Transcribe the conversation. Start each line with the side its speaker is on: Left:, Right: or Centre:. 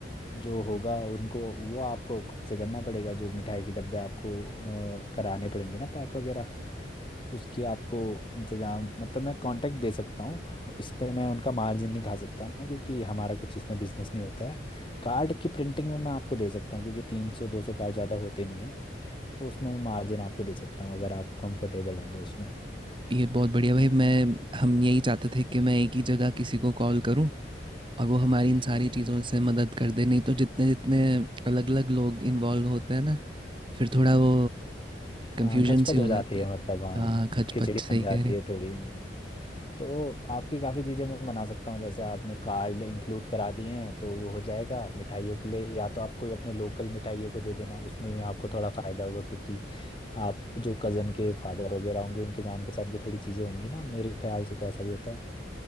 Left: जो होगा उनको वो आपको खुद से करना पड़ेगा जो मिठाई के डब्बे आपको अ, कराने पड़ेंगे ना पैक वगैरह उसकी आपको इंतजाम मतलब मैं कांटेक्ट दे सकता हूँ इस पे मैं उनका मार्जिन नहीं खा सकता ना क्योंकि हमारा कुछ इसमें बिजनेस नहीं होता है कार्ड की प्रिंटिंग में मैं आपको दे सकता हूँ क्योंकि तीन सौ दो सौ कार्ड ज़्यादा होते नहीं है तो उसमें मैं मार्जिन आपको दे सकता हूँ अगर आप कंफर्टेबल हैं तो उसमें
Right: ये बहुत बढ़िया भाई मैं हम यही चाहते थे कि मैं एक ही जगह किसी को कॉल करूं और वो हमारी इन सारी चीज़ों से मदद कर दे नहीं तो जितने जितने अलग-अलग लोग इन्वॉल्व होते हैं ना फिर थोड़ा वो
Left: हाँ
Right: कन्फ्यूजन
Left: घचपच
Right: सी हो
Left: हो जाती
Right: जाती
Left: है
Right: है।
Left: मतलब हाँ
Right: हाँ खचपच
Left: खिचड़ी
Right: सही
Left: बन जाती
Right: कह रहे हैं।
Left: है थोड़ी हाँ। तो आपकी काफ़ी चीज़ें मैं बना सकता हूँ जैसे आपने कार्ड इंक्लूड करा दिए हैं तो वो हो जाएगा मिठाइयों के लिए या तो आप कोई अपने लोकल मिठाइयों को दे देना उसमें भी आपको थोड़ा फ़ायदा होगा क्योंकि आप जो कज़न के फादर वगैरह होंगे उनके जान पहचान की थोड़ी चीज़ें होंगी ना मेरे ख्याल से तो ऐसा ही होता है